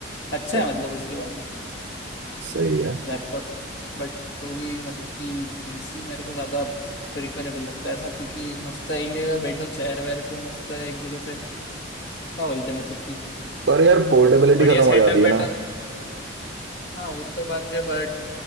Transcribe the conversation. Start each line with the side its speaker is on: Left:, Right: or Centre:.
Left: अच्छा
Right: अरे
Left: है मतलब उसके पास
Right: सही है
Left: लैपटॉप बट तो भी मतलब कि पीसी मेरे को ज्यादा प्रिफरेबल लगता है ऐसा क्योंकि मस्त है, एक जगह बैठो चेयर वेयर पे मस्त है, एक जगह पे क्या बोलते हैं मतलब कि
Right: पर यार पोर्टेबिलिटी
Left: बढ़िया
Right: खत्म
Left: सेटअप
Right: हो जाती है
Left: वेटअप
Right: ना
Left: हाँ वो तो बात है बट